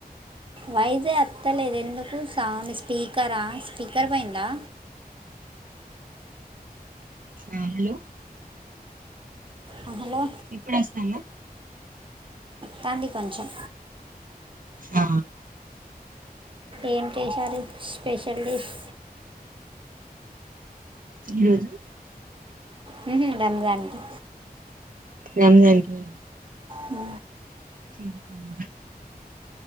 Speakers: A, on the right; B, on the right.
A: వయసే ఎత్తలేదు ఎందుకు సౌండ్ స్పీకరా స్పీకర్ పోయిందా
B: ఆ హలో
A: ఆ, హలో
B: ఇప్పుడు వస్తాందా
A: తాంది కొంచెం
B: ఆ
A: ఏన్ జేశారు స్పెషల్ డిష్
B: లేదు
A: మ్మ్హు రంజాన్కి
B: రంజాన్కి
A: అ
B: సరిపోమ